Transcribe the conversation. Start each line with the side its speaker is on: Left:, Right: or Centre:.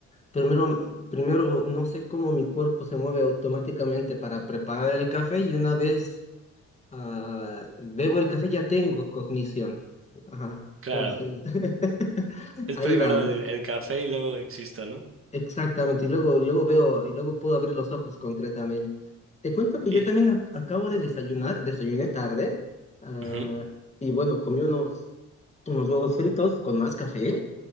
Left: Primero, primero no sé cómo mi cuerpo se mueve automáticamente para preparar el café y una vez ah, bebo el café, ya tengo cognición. Ajá, entonces,
Right: claro.
Left: <laughs>
Right: Es
Left: ahí
Right: primero
Left: vamos.
Right: el, el café y luego existo, ¿no?
Left: Exactamente. Y luego, luego veo, y luego puedo abrir los ojos concretamente. Te cuento que yo
Right: Y,
Left: también ac- acabo de desayunar, desayuné tarde, ah,
Right: ujú,
Left: y bueno, comí unos, unos huevos fritos con más café.